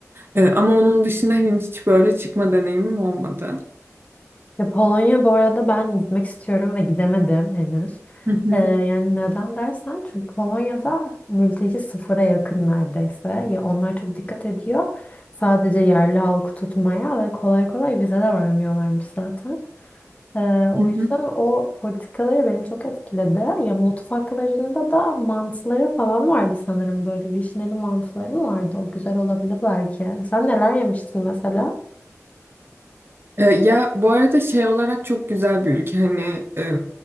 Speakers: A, on the right (about 45°); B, on the left (about 25°).
A: E, ama onun dışında hani hiç böyle çıkma deneyimim olmadı.
B: Ya Polonya bu arada ben gitmek istiyorum ve gidemedim henüz.
A: Hı hı,
B: Ee, yani neden dersen çünkü Polonya'da mülteci sıfıra yakın neredeyse. Ya onlar çok dikkat ediyor. Sadece yerli halkı tutmaya ve kolay kolay vize de vermiyorlarmış zaten. Ee, o
A: evet.
B: yüzden o politikaları beni çok etkiledi. Ya mutfaklarında da mantıları falan vardı sanırım böyle vişneli mantıları mı vardı? O güzel olabilir belki. Sen neler yemiştin mesela?
A: E, ya bu arada şey olarak çok güzel bir ülke hani e,